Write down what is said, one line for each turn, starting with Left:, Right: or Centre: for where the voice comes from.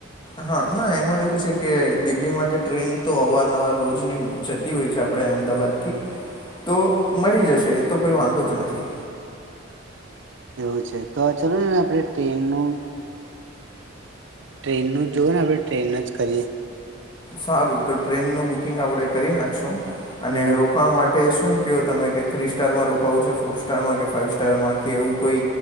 Left: હા ના એમાં એવું છે કે દિલ્હી માટે ટ્રેન તો અવારનવાર રોજની જતી હોય છે આપણે અમદાવાદ ઠીક તો મળી જશે એ તો કોઈ વાંધો જ નથી.
Right: એવું છે તો ચાલો ને આપણે ટ્રેનનું. ટ્રેન નું જોવ ને આપડણે ટ્રેન જ કરીએ.
Left: સારું તો ટ્રેનનું બુકિંગ આપણે કરી નાખશું અને
Right: હમ
Left: રોકાણ માટે શું કહો તમે કે થ્રી સ્ટારમાં રોકાવો છે ફોર સ્ટારમાં કે ફાઈવ સ્ટારમાં કે એવું કોઈ